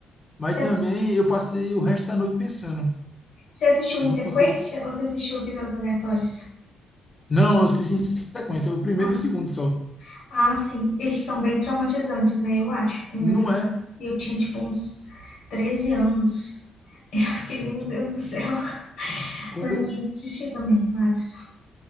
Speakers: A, on the left; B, on the left.
A: mas
B: Você
A: também
B: assis-
A: eu passei o resto da noite pensando.
B: você assistiu
A: Eu
B: em
A: não
B: sequência
A: consigo.
B: ou você assistiu episódios aleatórios?
A: Não, eu assisti em sequência, o primeiro
B: Ah,
A: e o segundo só.
B: ah, sim. Eles são bem traumatizantes, né? Eu acho. A primeira
A: Não
B: vez
A: é.
B: que eu vi, eu tinha, tipo, uns 13 anos. <laughs> Eu fiquei,
A: Pronto.
B: meu Deus do céu. <laughs>
A: quando
B: Mas eu já assisti também, vários.